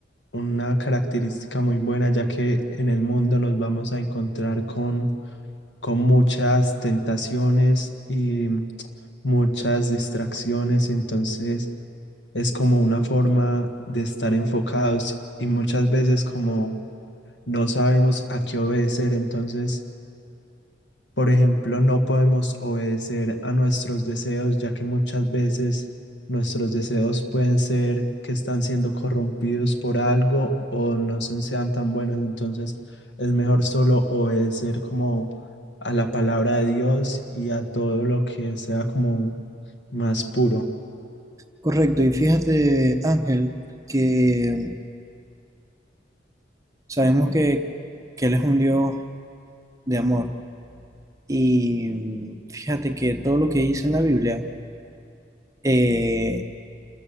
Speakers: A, on the left; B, on the right.
A: una característica muy buena, ya que en el mundo nos vamos a encontrar con, con muchas tentaciones y muchas distracciones, entonces es como una forma de estar enfocados y muchas veces como no sabemos a qué obedecer, entonces por ejemplo, no podemos obedecer a nuestros deseos, ya que muchas veces nuestros deseos pueden ser que están siendo corrompidos por algo o no son, sean tan buenos. Entonces, es mejor solo obedecer como a la palabra de Dios y a todo lo que sea como más puro.
B: Correcto, y fíjate, Ángel, que sabemos que, que Él es un Dios de amor. Y fíjate que todo lo que dice en la Biblia eh,